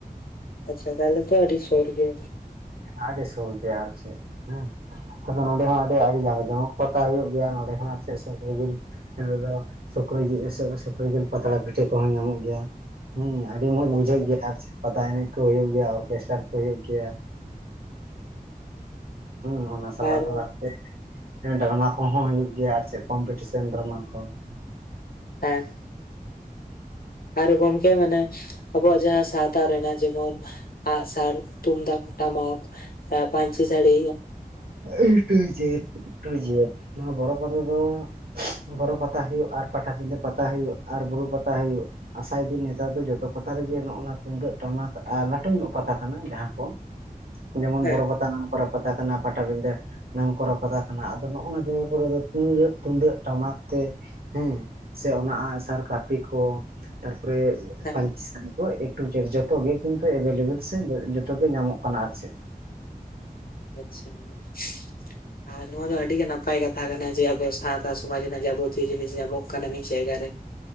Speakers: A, on the left; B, on the right.
A: ᱟᱪᱪᱷᱟ ᱛᱟᱦᱚᱞᱮ ᱛᱚ ᱟᱹᱰᱤ ᱥᱳᱨ ᱜᱮ
B: ᱟᱰᱤ ᱥᱩᱨ ᱜᱮᱭᱟ ᱟᱨ ᱪᱮᱫ ᱦᱮᱸ ᱟᱫᱚ ᱱᱚᱰᱮ ᱦᱚᱸ ᱟᱹᱰᱤ ᱟ. ᱰᱤ ᱡᱟᱸᱠ ᱡᱚᱢᱚᱠ ᱯᱟᱛᱟ ᱦᱳᱭ ᱜᱮᱭᱟ ᱱᱚᱰᱮ ᱦᱚᱸ ᱟᱨ ᱪᱮᱫ ᱥᱩᱠᱨᱤ ᱡᱤᱞ ᱱᱚᱰᱮ ᱫᱚ ᱥᱩᱠᱨᱤ ᱡᱤᱞ ᱥᱮ ᱥᱩᱠᱨᱤ ᱡᱤᱞ ᱯᱟᱛᱲᱟ ᱯᱤᱴᱷᱟᱹ ᱠᱚᱦᱚᱸ ᱧᱟᱢᱚᱜ ᱜᱮᱭᱟ ᱦᱮᱸ ᱟᱹᱰᱤ ᱢᱚᱸᱡᱽ
A: ᱟᱪᱪᱷᱟ
B: ᱵᱩᱡᱷᱟᱹᱜ ᱜᱮᱭᱟ ᱟᱨ ᱪᱮᱫ ᱯᱟᱛᱟ ᱮᱱᱮᱡ ᱠᱚ ᱦᱩᱭᱩᱜ ᱜᱮᱭᱟ ᱚᱨᱜᱮᱥᱴᱟᱨ ᱠᱚ ᱦᱩᱭᱩᱜ ᱜᱮᱭᱟ ᱦᱮᱸ ᱚᱱᱟ ᱥᱟᱞᱟᱜ
A: ᱟᱨ
B: ᱥᱟᱞᱟᱜ ᱛᱮ ᱰᱨᱟᱢᱟ ᱠᱚᱦᱚᱸ ᱦᱩᱭᱩᱜ ᱜᱮᱭᱟ ᱟᱨ ᱪᱮᱫ ᱠᱚᱢᱯᱤᱴᱤᱥᱮᱱ ᱰᱨᱟᱢᱟ ᱠᱚ
A: ᱦᱮᱸ ᱟᱨ ᱜᱚᱝᱠᱮ ᱢᱟᱱᱮ ᱟᱵᱚᱣᱟᱜ ᱡᱟᱦᱟᱸ ᱥᱟᱶᱛᱟ ᱨᱮᱱᱟᱜ ᱡᱮᱢᱚᱱ ᱟᱜ ᱥᱟᱨ ᱛᱩᱢᱫᱟᱜ ᱴᱟᱢᱟᱠ ᱯᱟᱱᱪᱤ ᱥᱟᱲᱤ
B: ᱮ ᱴᱩ ᱡᱮᱴ ᱴᱩ ᱡᱮᱴ ᱱᱚᱣᱟ ᱵᱚᱨᱚ ᱯᱟᱛᱟ ᱫᱚ-ᱸ ᱵᱚᱨᱚ ᱯᱟᱛᱟ ᱦᱩᱭᱩᱜ ᱟᱨ ᱯᱟᱴᱟᱵᱤᱸᱰᱷᱟᱹ ᱯᱟᱛᱟ ᱦᱩᱭᱩᱜ ᱟᱨ ᱵᱩᱨᱩ ᱯᱟᱛᱟ ᱦᱩᱭᱩᱜ ᱟᱥᱟᱭ ᱫᱟ. ᱧ ᱱᱮᱛᱟᱨ ᱫᱚ ᱡᱚᱛᱚ ᱯᱟᱛᱟ ᱨᱮᱜᱮ ᱱᱚᱜ ᱱᱚᱣᱟ ᱛᱩᱢᱫᱟᱹᱜ ᱴᱟᱢᱟᱠ ᱟᱨ ᱞᱟᱹᱴᱩ ᱧᱚᱜ ᱯᱟᱛᱟ ᱠᱟᱱᱟ ᱡᱟᱦᱟᱸ ᱠᱚ ᱡᱮᱢᱚᱱ
A: ᱦᱮᱸ
B: ᱵᱚᱨᱚ ᱯᱟᱛᱟ ᱱᱟᱢ ᱠᱚᱨᱟ ᱯᱟᱛᱟ ᱠᱟᱱᱟ ᱯᱟᱴᱟᱵᱤᱸᱫᱟᱹ ᱱᱚᱣᱟ ᱯᱚᱨᱚᱵ ᱠᱚ ᱛᱟᱦᱮ ᱠᱟᱱᱟ ᱟᱫᱚ ᱱᱚᱜᱱᱟ ᱡᱟᱭᱜᱟ ᱠᱚᱨᱮ ᱫᱚ ᱛᱩᱢᱟᱜ ᱛᱩᱫᱟᱹᱜ ᱛᱩᱢᱫᱟᱹᱜ ᱴᱟᱢᱟᱠ ᱛᱮ ᱦᱮᱸ ᱥᱮ ᱚᱱᱟ ᱟᱜᱥᱟᱨ ᱠᱟᱹᱯᱤ ᱠᱚ ᱛᱟᱨᱯᱚᱨᱮ
A: ᱦᱮᱸ
B: ᱯᱟᱧᱪᱤ ᱦᱟᱱᱠᱚ ᱮᱴᱩ ᱡᱮᱴ ᱡᱚᱛᱚ ᱜᱮ ᱠᱤᱱᱛᱩ ᱮᱵᱮᱞᱮᱵᱮᱞ ᱥᱮ ᱡᱚ-ᱡᱚᱛᱚ ᱜᱮ ᱧᱟᱢᱚᱜ ᱠᱟᱱᱟ ᱟᱨ ᱪᱮᱫ ᱾
A: ᱟᱪᱪᱷᱟ ᱾ ᱟᱨ ᱱᱚᱣᱟ ᱫᱚ ᱟᱹᱰᱤ ᱜᱮ ᱱᱟᱯᱟᱭ ᱠᱟᱛᱷᱟ ᱠᱟᱱᱟ ᱡᱮ ᱟᱵᱚ ᱥᱟᱶᱛᱟ ᱥᱚᱢᱟᱡ ᱨᱮᱱᱟᱜ ᱡᱟᱵᱚ ᱛᱤ ᱡᱤᱱᱤᱥ ᱧᱟᱢᱚᱜ ᱠᱟᱱ ᱢᱤᱫ ᱡᱟᱭᱜᱟ ᱨᱮ ᱾